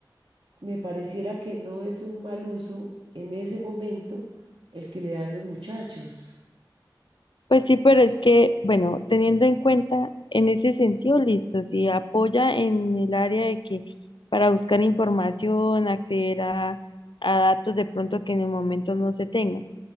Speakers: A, on the right (about 75°); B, on the left (about 80°).
A: me pareciera que no es un mal uso en ese momento el que le dan los muchachos
B: Pues sí, pero es que, bueno, teniendo en cuenta en ese sentido, listo, si apoya en el área de que para buscar información, acceder a, a datos de pronto que en el momento no se tengan.